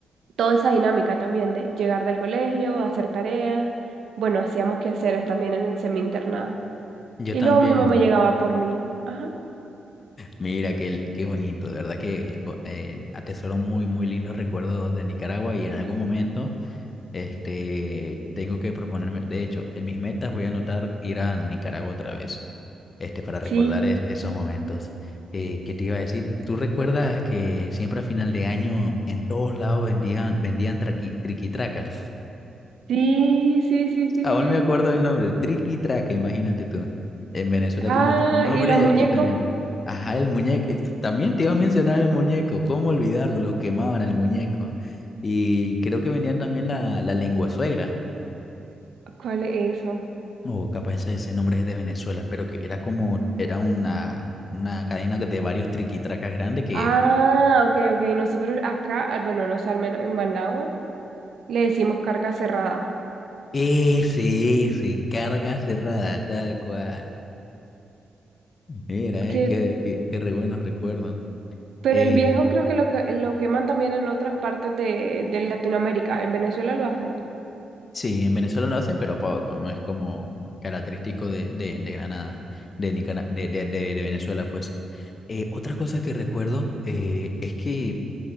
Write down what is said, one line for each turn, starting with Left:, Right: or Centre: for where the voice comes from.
Right: toda esa dinámica también de llegar del colegio, hacer tareas. Bueno, hacíamos quehaceres también en el semi internado.
Left: Yo
Right: Y
Left: también.
Right: luego mi mamá llegaba por mí. Ajá.
Left: Mira, qué, qué bonito, de verdad que bo- eh, atesoro muy, muy lindos recuerdos de Nicaragua y en algún momento este, tengo que proponerme, de hecho, en mis metas voy a anotar ir a Nicaragua otra vez, este, para recordar
Right: Sí,
Left: es- esos momentos. Eh, ¿qué te iba a decir? ¿Tú recuerdas que siempre a final de año en todos lados vendían, vendían traqui- triquitracas?
Right: sí, sí, sí, sí,
Left: Aún
Right: sí.
Left: me acuerdo del nombre, Triqui Traca, imagínate tú. En Venezuela
Right: Ah,
Left: tiene otro nombre
Right: ¿y los
Left: y
Right: muñecos?
Left: aquí también. Ajá, el muñeco. eh, También te iba a mencionar el muñeco, ¿cómo olvidarlo? Lo quemaban el muñeco. Y creo que venían también la, la lengua suegra.
Right: ¿Cuál es eso?
Left: O capaz ese, ese nombre es de Venezuela, pero que era como, era una, una cadena de varios triquitracas grandes que
Right: Ah, ok, ok. Nosotros acá, ah, bueno, no sé, al menos en Managua, le decimos carga cerrada.
Left: ese, ese, carga cerrada, tal cual. Mira,
Right: Que,
Left: eh, qué, qué, qué re buenos recuerdos.
Right: pero
Left: Eh,
Right: el viejo creo que lo que lo queman también en otras partes de, de Latinoamérica. En Venezuela lo hacen.
Left: Sí, en Venezuela lo hacen, pero poco, no es como característico de, de, de Granada, de, Nicara- de, de, de- de Venezuela, pues. Eh, otra cosa que recuerdo eh, es que